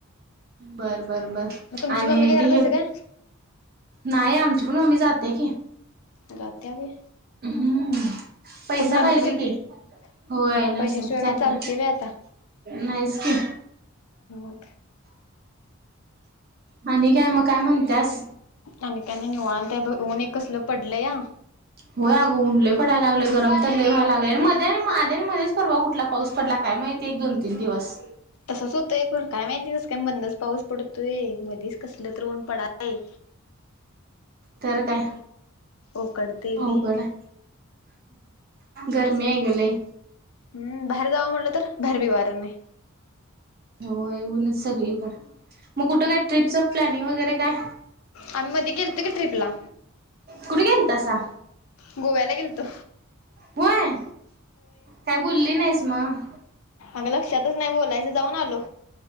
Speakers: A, on the right; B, on the left.
A: बर बर बर
B: मग तुमची
A: आणि
B: मम्मी काय
A: ते
B: करत
A: हे
B: असते काय
A: नाय आमची पण मम्मी जाते की
B: जात्या व्हय
A: हम्म पैसा
B: कुठ नर्सरीत
A: पाहिजे कि होय
B: मग
A: नर्सरीत
B: पैशाशिवाय
A: जात्या.
B: काय चालते व्हय आता
A: नाहीच की
B: मग
A: <inaudible> <inaudible> आणि काय मग काय म्हणत्यास?
B: आणि काय नाही निवांत आहे बग ऊन एक कसलं पडलं या.
A: होय अगं ऊन लय पडायला लागलय गरम तर लय व्हायला लागले आणि मध्ये आणि आधी आणि मधेच परवा कुठला पाऊस पडला काय माहिती एक दोन तीन दिवस.
B: तसच होतंय पण काय माहिती कसं काय बंदच पाऊस पडतोय मध्येच कसल तर ऊन पडायलय
A: तर काय,
B: ओकडतय लय
A: अवघड हाय. गर्मी आहे ग लय.
B: हम्म बाहेर जावं म्हटलं तर बाहेर बि वार नाही.
A: होय ऊनच सगळीकडे मग कुठं काय ट्रिपचं प्लॅनिंग वगैरे काय <inaudible>
B: आम्ही मध्ये गेलतो की ट्रिपला
A: कुठ गेलातसा.
B: गोव्याला गेलतो.
A: व्हय, काय बोलली नाहीस मग.
B: अग लक्षातच नाही बोलायचं जाऊन आलो.